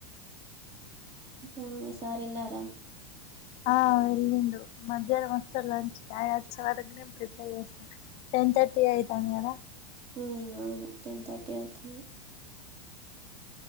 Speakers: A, on the right; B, on the left.
A: ఇంకా మీ సార్ ఎల్లారా
B: ఆ ఎళ్ళిండు మధ్యాహ్నం వస్తాడు లంచ్ ఆయన వచ్చే వరకు నేన్ ప్రిపేర్ చేస్తా టెన్ థర్టీ అయితంది గద
A: అవును టెన్ థర్టీ అవుతుంది